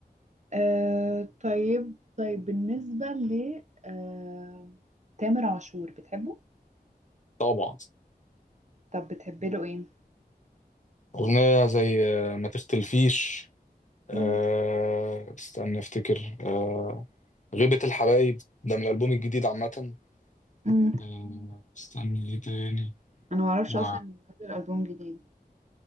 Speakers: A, on the right; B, on the left.
A: آه طيب طيب بالنسبة ل آه تامر عاشور بتحبه؟
B: طبعا
A: طب بتحبي له ايه؟
B: أغنية زي آه، ما تختلفيش آه،
A: مم.
B: استنى أفتكر آه، غيبة الحبايب ده من الألبوم الجديد عامة
A: مم.
B: آه، استني ايه تاني
A: أنا معرفش
B: و...
A: أصلا إنه نزل ألبوم جديد